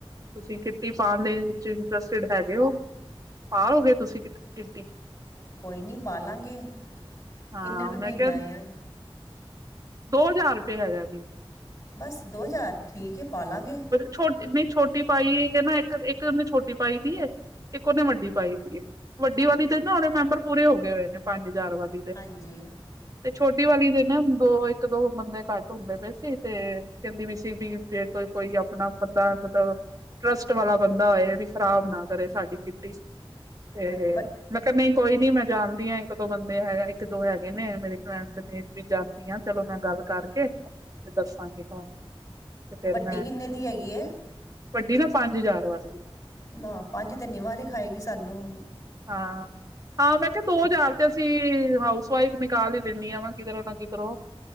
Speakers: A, on the right; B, on the left.
A: ਤੁਸੀਂ ਕਿਟੀ ਪਾਉਣ ਦੇ ਵਿੱਚ ਇੰਟਰਸਟਿਡ ਹੈਗੇ ਹੋ। ਪਾਓਗੇ ਤੁਸੀਂ ਕਿੱਟੀ,
B: ਕੋਈ ਨਹੀਂ ਪਾਾਲਾਂਗੇ
A: ਹਾਂ
B: ਕਿੰਨੇ ਰੁਪਏ
A: ਮੈਂ
B: ਮਹੀਨਾ
A: ਕਿਹਾ
B: ਏ।
A: ਦੋ ਹਜ਼ਾਰ ਰੁਪਏ ਹੈਗਾ।
B: ਬਸ ਦੋ ਹਜ਼ਾਰ ਠੀਕ ਹੈ ਪਾ ਲਾਂਗੇ।
A: ਛੋਟ ਨਹੀਂ ਛੋਟੀ ਪਾਈ ਏ ਇੱਕ ਇੱਕ ਉਹਨੇ ਛੋਟੀ ਪਾਈ ਦੀ ਐ ਇੱਕ ਉਹਨੇ ਵੱਡੀ। ਪਾਈ ਸੀ ਵੱਡੀ ਵਾਲੀ ਤੇ ਨਾ ਹੁਣੇ ਮੈਂਬਰ ਪੂਰੇ ਹੋ ਗਏ ਹੋਏ ਨੇ ਪੰਜ ਹਜ਼ਾਰ ਵਾਲੀ ਦੇ।
B: ਹਾਂਜੀ
A: ਤੇ ਛੋਟੀ ਵਾਲੀ ਦੇ ਨਾ ਦੋ ਇੱਕ ਦੋ ਬੰਦੇ ਘੱਟ ਹੁੰਦੇ ਪਏ ਸੀ ਤੇ ਕਹਿੰਦੀ ਵੀ ਸੀ ਵੀ ਜੇ ਕੋਈ ਕੋਈ ਆਪਣਾ ਬੰਦਾ ਮਤਲਬ ਟਰੱਸਟ ਵਾਲਾ ਬੰਦਾ ਹੋਏ ਵੀ ਖ਼ਰਾਬ ਨਾ ਕਰੇ ਸਾਡੀ ਕਿੱਟੀ। ਤੇ,
B: ਹਾਂਜੀ ਵ
A: ਮੈਂ ਨਹੀਂ ਕੋਈ ਨੀ ਮੈਂ ਜਾਣਦੀ ਹਾਂ ਇੱਕ ਦੋ ਬੰਦੇ ਹੈਗਾ ਇੱਕ ਦੋ ਹੈਗੇ ਨੇ ਮੇਰੇ ਫਰੈਂਡ ਨੇ। ਵੀ ਜਾਂਦੀ ਆ ਚਲੋ ਮੈਂ ਗੱਲ ਕਰਕੇ ਤੇ ਦੱਸਾਂਗੀ ਤੁਹਾਨੂੰ। ਤੇ ਫਿਰ
B: ਵੱਡੀ
A: ਮੈਂ
B: ਕਿੰਨੇ ਦੀ ਹੈਗੀ ਹੈ
A: ਵੱਡੀ ਨਾ ਪੰਜ ਹਜ਼ਾਰ ਵਾਲੀ।
B: ਨਾ ਪੰਜ ਤੇ ਨੀ ਵਾਰੇ ਖਾਏਗੀ ਸਾਨੂੰ
A: ਹਾਂ, ਹਾਂ ਮੈਂ ਕਿਹਾ ਦੋ ਹਜ਼ਾਰ ਤੇ ਅਸੀਂ ਹਾਊਸ ਵਾਈਫ ਨਿਕਾਲ ਹੀ ਲੈਂਦੀ ਹਾਂ ਵਾ ਕਿਧਰੋਂ ਨਾ ਕਿਧਰੋਂ।